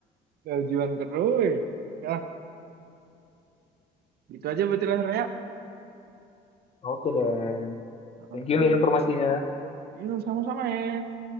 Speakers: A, on the right; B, on the left.
A: tujuan keruy. Oke lah, gitu aja berarti lah Her ya.
B: <laughs> Oke dan
A: Oke,
B: thank you nih informasinya.
A: yuk sama-sama ya.